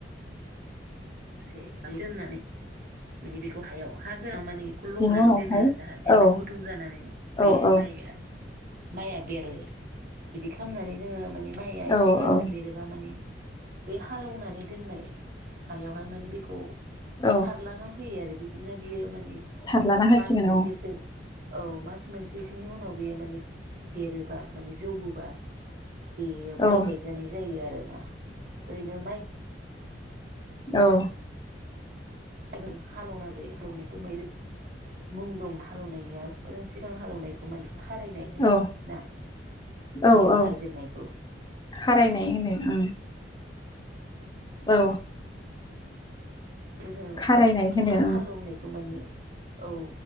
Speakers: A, on the right (about 55°); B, on the left (about 25°).
A: से दोननानै माने बिखौ द हायाव हा गोनां माने बेखौ लबनानै
B: बिनि उनावहाय
A: दोनो आरो जाहाथे
B: औ
A: मा गुदुं जानानै बे
B: औ औ
A: माइआ माइया बेरो बिदि खामनानै जोङो माइया
B: औ
A: एसे गाजा
B: औ
A: बेरोबा माने बे हालौनानै दोननाय हाय बेवहाय माने बेखौ
B: औ
A: सारला ना होयो आरो बिदिनो बियो मान
B: सारलाना होसिगोन
A: मास मोनसेसो
B: औ
A: औ मास मोनसेसोनि उनाव बेयो माने देरोबा माने जौवोबा बेयो माइ
B: औ
A: गायजानाय जायो आरोना ओरैनो माइ
B: औ
A: जों हालौना जायो हालौनायाथ मैरै मुं दं हालौनाया जों सिगां हालौनायखौ माने खारायनाय होनो
B: औ औ
A: ना
B: औ
A: गिबि
B: औ
A: हालजेेननायखौ
B: खारायनाय होनो उम औ
A: थ जोङो
B: खारायनाय
A: खेन्थाम
B: होनो ओं
A: हालौवनायखौ माने औ